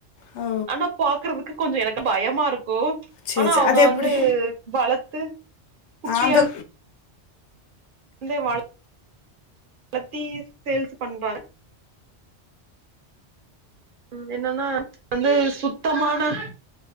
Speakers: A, on the left; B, on the right.
A: ஓ
B: ஆனா பாக்குறதுக்கு கொஞ்சோ எனக்கு பயமா இருக்கு
A: சேரி
B: ஆனா
A: சேரி
B: அவங்க
A: அது எப்டி
B: வந்து வளத்து குட்டியா
A: அந்த
B: இருக் ந்தே வள வளத்தி சேல்ஸ் பண்றாங்க ம் என்னன்னா வந்து சுத்தமான